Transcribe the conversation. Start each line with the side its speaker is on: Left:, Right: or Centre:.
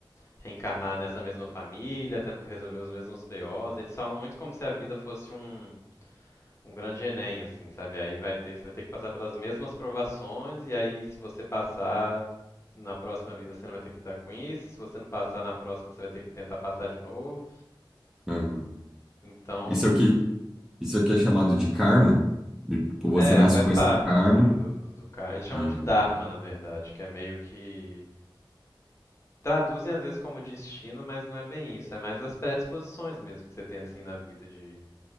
Left: reencarnar nessa mesma família, tendo que resolver os mesmos BOs. Eles falam muito como se a vida fosse um, um grande Enem, assim, sabe? Aí vai ter, você vai ter que passar pelas mesmas provações, e aí se você passar na próxima vida você não vai ter que lidar com isso, se você não passar na próxima você vai ter que tentar passar de novo.
Centre: uhum.
Left: Então,
Centre: Isso é o que, Isso aqui é chamado de karma? Tipo, Você
Left: é,
Centre: nasce
Left: faz
Centre: com esse
Left: parte,
Centre: karma.
Left: assim, do, do, do karma. Eles chamam
Centre: Aham,
Left: de Dharma, na verdade, que é meio que. Traduzem às vezes como destino, mas não é bem isso. É mais as predisposições mesmo que você tem assim na vida de